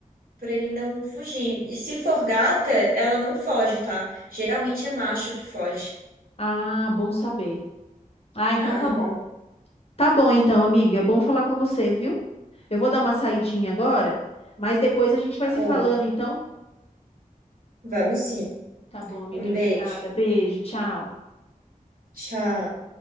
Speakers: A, on the right (about 80°); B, on the left (about 45°).
A: Pra ele não fugir. E se for gata, ela não foge, tá? Geralmente é macho que foge.
B: Ah, bom saber. Ah, então
A: Aham,
B: tá bom. Tá bom então, amiga. Bom falar com você, viu? Eu vou dar uma saidinha agora, mas depois a gente
A: tá
B: vai se
A: bom,
B: falando,
A: amigo.
B: então.
A: Vamos sim.
B: Tá bom, amiga.
A: Um
B: Obrigada.
A: beijo.
B: Beijo, tchau.
A: Tchau.